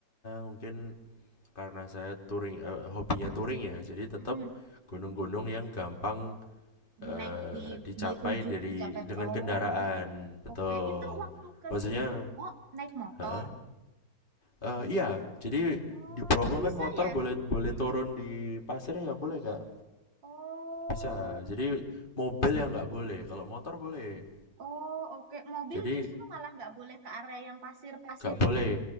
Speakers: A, on the left (about 25°); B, on the right (about 80°).
A: mungkin karena saya touring, eh, hobinya touring ya. Jadi tetap
B: Mm-mm.
A: gunung-gunung yang gampang
B: Di
A: eh,
B: naik di
A: dicapai
B: di tujuh
A: dari
B: di Japek.
A: dengan
B: Oh
A: kendaraan, betul.
B: oke Itu waktu ke
A: Maksudnya,
B: si Bromo naik motor.
A: ha, Eh, iya. Jadi
B: Oh
A: di Bromo
B: bisa
A: kan motor
B: ya.
A: boleh boleh turun di pasirnya boleh kak
B: Oh
A: bisa jadi mobil yang nggak boleh kalau motor boleh
B: oh oke Mobil
A: jadi
B: justru malah nggak boleh ke area yang pasir-pasir
A: nggak boleh
B: itu.